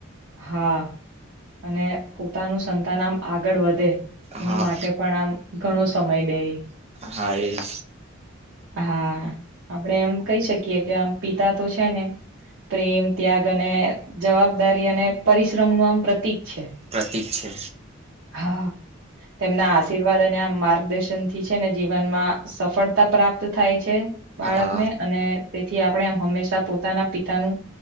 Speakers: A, on the right (about 60°); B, on the right (about 30°).
A: હા. અને પોતાનું સંતાન આમ આગળ વધે એની
B: હા
A: માટે પણ આમ ઘણો સમય દેઇ
B: હા એજ
A: હા આપડે એમ કહી શક એકે કે આમ પિતા તો છે ને, પ્રેમ, ત્યાગ અને જવાબદા બી અને પરિશ્રમ નું આમ પ્રતિક છે.
B: પ્રતીક છે.
A: હા તેમના આશીર્વાદ અને આ માર્ગ દર્શનથી છે ને, જીવનમાં સફળતા પ્રાપ્ત થાય છે. બાળકને
B: હા
A: અને તેથી થી આપણે એમ હંમેશા પોતાના પિતાનું